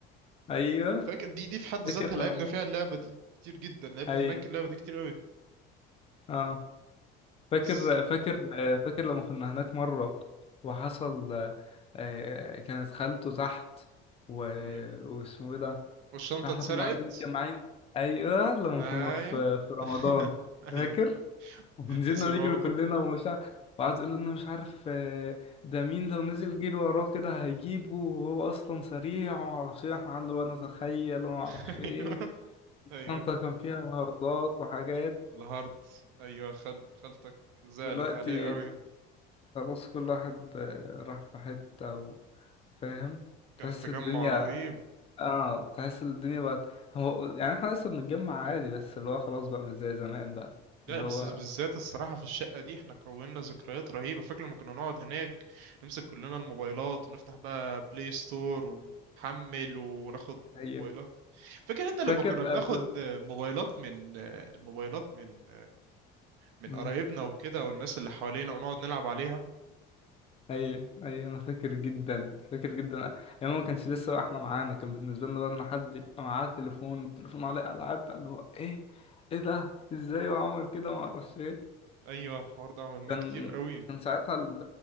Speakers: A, on the left; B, on the right.
A: ايوه
B: فاكر دي دي في حد
A: فاكر
B: ذاتها
A: لما
B: لعبنا فيها اللعبة دي كتير جدا لعبنا
A: اي
B: هناك اللعبة دي كتير قوي
A: اه فاكر
B: بس
A: فاكر فاكر لما كنا هناك مرة وحصل آه، كانت خالته تحت و...
B: مم.
A: واسمه ايه ده
B: والشنطة
A: احنا
B: اتسرقت
A: كنا قاعدين متجمعين ايوه لما
B: ايوه
A: كنا في في رمضان
B: <laughs> ايوه
A: فاكر
B: انت
A: ونزلنا
B: بتتنسي
A: نجري
B: برضه
A: كلنا ومش عارف وقعد يقول لنا مش عارف آه، ده مين لو نزل جري وراه كده هيجيبه وهو اصلا سريع ومعرفش ايه احنا قعدنا بقى نتخيل ومعرفش
B: <laughs>
A: ايه
B: ايوه
A: الشنطة
B: ايوه
A: كان فيها هاردات وحاجات
B: الهارت ايوه خل... خالتك زعلت
A: دلوقتي
B: عليه قوي
A: خلاص كل واحد آه، راح في حتة و- فاهم
B: كان
A: تحس
B: التجمع
A: الدنيا
B: رهيب
A: اه تحس الدنيا بقت هو يعني احنا لسه بنتجمع عادي بس اللي هو خلاص بقى مش زي زمان بقى
B: لا
A: اللي
B: بس
A: هو
B: بالذات الصراحة في الشقة دي احنا كوننا ذكريات رهيبة فاكر لما كنا نقعد هناك نمسك كلنا الموبايلات ونفتح بقى بلاي ستور ونحمل وناخد
A: هي
B: موبايلات فاكر انت لما
A: فاكر
B: كنا
A: قبل
B: بناخد موبايلات من الموبايلات من من
A: مم.
B: قرايبنا وكده والناس اللي حوالينا ونقعد نلعب عليها
A: اي اي انا فاكر جدا فاكر جدا يعني ما كانش لسه بقى احنا معانا كان بالنسبه لنا بقى ان حد يبقى معاه تليفون التليفون عليه العاب بقى اللي هو ايه ايه ده ازاي وعمل كده وما اعرفش ايه
B: ايوه الحوار ده عملناه
A: كان
B: كتير قوي
A: كان ساعتها ال-